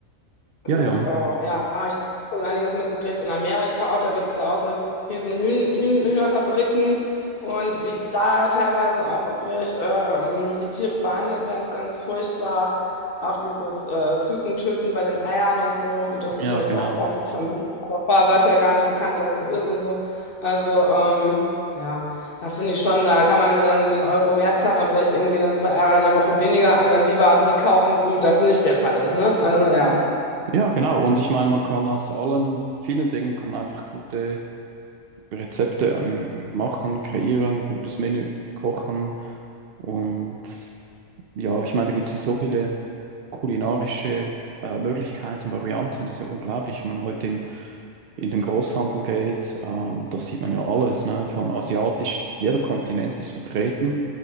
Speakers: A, on the right (about 55°); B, on the left (about 40°).
A: Ja,
B: Finde
A: ja,
B: ich auch. Ja, ich habe schon einiges mitgekriegt in Amerika auch. Da gibt es ja auch so riesen Hühn Hühn Hühnerfabriken und wie da teilweise auch wirklich ähm, die Tiere behandelt werden, ist ganz furchtbar. Auch dieses äh, Kükentöten bei den Eiern und so. Gut, das ist
A: ja,
B: jetzt
A: genau.
B: auch oft vermieden, aber vorher war es ja gar nicht bekannt, dass so ist und so. Also, ähm, ja, da finde ich schon, da kann man dann den Euro mehr zahlen oder vielleicht irgendwie dann zwei Eier in der Woche weniger und dann lieber die kaufen, wo das nicht der Fall ist, ne? Also, ja.
A: Ja, genau. Und ich meine, man kann aus allen vielen Dingen kann man einfach gute Rezepte ähm, machen, kreieren, gutes Menü kochen. Und ja, ich meine, da gibt es ja so viele kulinarische äh, Möglichkeiten, Varianten. Das ist ja unglaublich, wenn man heute in, in den Großhandel geht. Ähm, da sieht man ja alles, ne? Von asiatisch, jeder Kontinent ist vertreten.